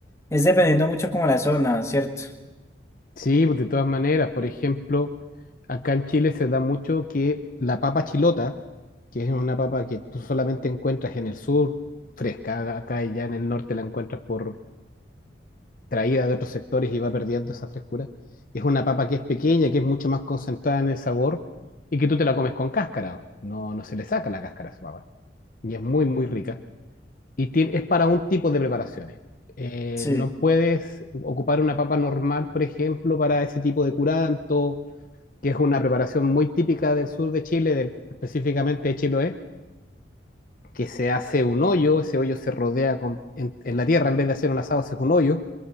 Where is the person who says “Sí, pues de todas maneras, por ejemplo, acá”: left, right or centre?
Left